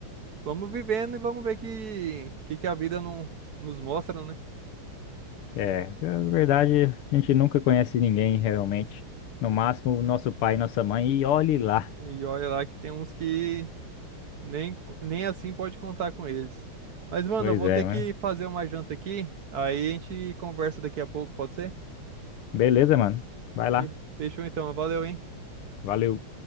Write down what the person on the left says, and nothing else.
É, na verdade, a gente nunca conhece ninguém realmente. No máximo, o nosso pai e nossa mãe, e olhe lá.
Pois
é,
mano.
Beleza, mano. Vai lá.
Valeu.